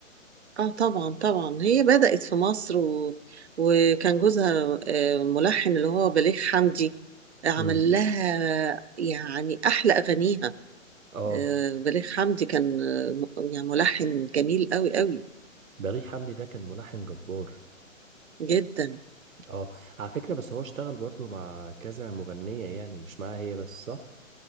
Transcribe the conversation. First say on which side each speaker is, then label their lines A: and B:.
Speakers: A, on the right; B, on the right.
A: اه طبعا طبعا هي بدأت في مصر و... وكان جوزها آه، ملحن اللي هو بليغ حمدي عمل
B: امم
A: لها يعني أحلى أغانيها
B: اه
A: آه، بليغ حمدي كان آه، م- يعني ملحن جميل قوي قوي
B: بليغ حمدي ده كان ملحن جبار
A: جدا
B: اه على فكرة بس هو اشتغل برضو مع كذا مغنية يعني مش معاها هي بس صح